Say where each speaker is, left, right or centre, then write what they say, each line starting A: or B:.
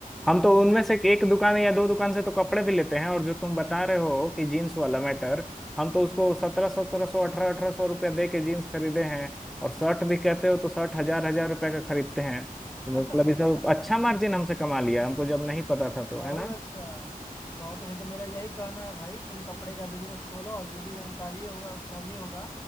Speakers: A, in the centre; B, on the left (about 20°).
A: हम तो उनमें से एक दुकान या दो दुकान से तो कपड़े भी लेते हैं और जो तुम बता रहे हो कि जीन्स वाला मैटर हम तो उसको सत्रह सत्रह सौ अठारह अठारह सौ रुपया दे के जीन्स खरीदे हैं और शर्ट भी कहते हो तो शर्ट हजार हजार रुपया का खरीदते हैं तो
B: नहीं
A: मतलब ये सब
B: <laughs>
A: अच्छा मार्जिन हमसे कमा लिया हमको जब नहीं पता था तो
B: बहुत
A: है ना
B: अच्छा बहुत अच्छा तो मेरा यही कहना है भाई तुम कपड़े का बिजनेस खोलो और जो भी जानकारी होगा चाहिए होगा